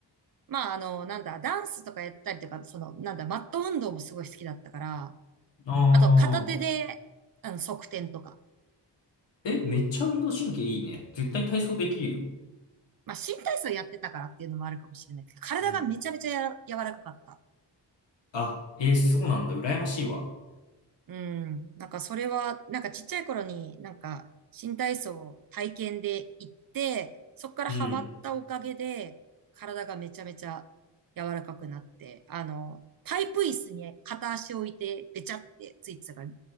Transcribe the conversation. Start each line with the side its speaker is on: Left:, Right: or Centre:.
Right: まあ、あの、なんだ、ダンスとかやったりとか、その、なんだ、マット運動もすごい好きだったから、
Left: ああ。
Right: あと、片手で、あの、側転とか。
Left: え、めっちゃ運動神経いいね。絶対体操できるよ。
Right: まあ、新体操やってたからっていうのもあるかもしれないけど、体がめちゃめちゃやら柔らかかった。
Left: うん。あ、え、そうなんだ。羨ましいわ。
Right: うん。なんかそれは、なんかちっちゃい頃になんか新体操を体験で行って、そこからハマったおかげで、
Left: うん。
Right: 体がめちゃめちゃ柔らかくなって、あの、パイプ椅子に片足を置いて、べちゃってついてたから、